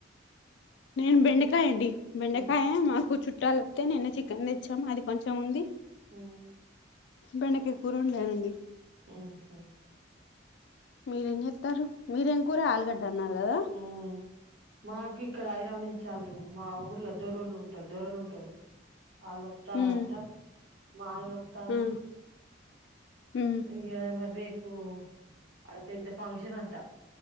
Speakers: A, on the left (about 60°); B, on the right (about 70°).
A: నేను బెండకాయండి బెండకాయ
B: ఉమ్
A: మాకు చుట్టాలోత్తేనే నిన్న చికెన్ తెచ్చాం అది కొంచెం ఉంది
B: ఉమ్
A: బెండకాయ్ కూర ఒండనండి
B: ఆహ
A: మీరేం చెత్తారు మీరేం కూర ఆలుగడ్డ అన్నారు కద
B: మ్ మాకు ఇక్కడ <unintelligible> చాలు మా ఊర్ల దోరోళ్ళు దగ్గర లో ఉంటరు వాళ్ళు ఒత్తరంట
A: ఉమ్
B: మా ఆయన <unintelligible>
A: ఆ ఉమ్
B: ఇగ మరి రేపు ఆడ పెద్ద ఫంక్షన్ అంట